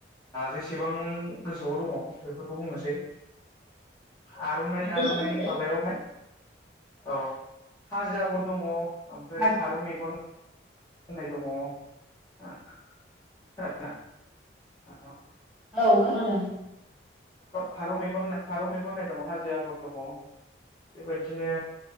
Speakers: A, on the left; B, in the centre.
A: जेसेबां गोसोआव दङ बेफोरखौ बुंनोसै आर'नाइ-
B: मोननैसो
A: आर'नाइ
B: बुंदो।
A: माबायावहाय औ हाजो आगर दङ ओमफ्राय
B: हाजो
A: फारौ मेगन होननाय दङ <unintelligible> औ
B: औ खोनादों
A: फारौ मेगन फारौ मेगन नाय दङ हाजो आगर दङ बेबायदिनो